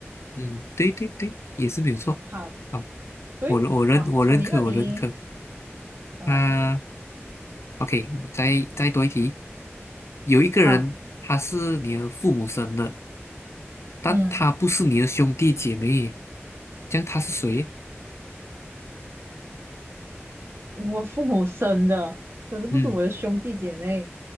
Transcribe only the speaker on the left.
嗯，对对对，也是没有错。
好，
我我认我认可我认可。
啊，OK，我再再多一题。有一个人，
他是你的父母生的，但他不是你的兄弟姐妹，
这样他是谁？
嗯，